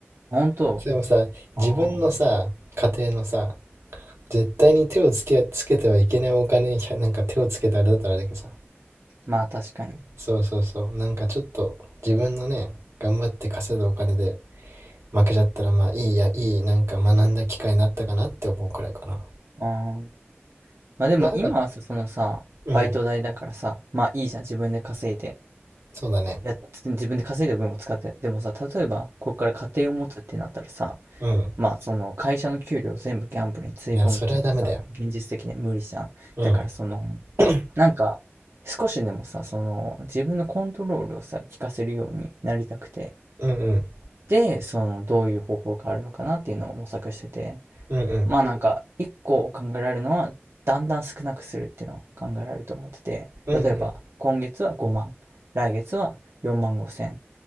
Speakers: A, on the right (about 70°); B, on the right (about 85°).
A: 本
B: でもさ、
A: 当ああ
B: 自分のさ、家庭のさ、絶対に手をつけ、つけてはいけないお金にひゃなんか手をつけてあれだったらあれだけどさ、
A: まあ確かに。
B: そうそうそうなんかちょっと自分のね頑張って稼いだお金で負けちゃったらまあいいやいいなんか学んだ機会になったかなって思うくらいかな
A: あーまあでも今はさ、
B: まあなんか
A: そのさ、
B: うん
A: バイト代だからさ、まあいいじゃん。自分で稼いで。
B: そうだね
A: やっ、自分で稼いだ分を使って。でもさ、例えば、ここから家庭を持つってなったらさ、
B: うん
A: まあその会社の給料を全部ギャンブルにつぎ込むっていうのはさ、
B: いやそれはダメだよ
A: 現実的には無理じゃん。
B: うん
A: だからその、
B: <coughs>
A: なんか、少しでもさ、その、自分のコントロールをさ、効かせるようになりたくて、
B: うんうん
A: で、その、どういう方法があるのかなっていうのを模索してて、
B: うんうん
A: まあなんか、一個考えられるのは、だんだん少なくするっていうのを考えられると思ってて、
B: うん
A: 例えば、今月は5万、来月は4万5千、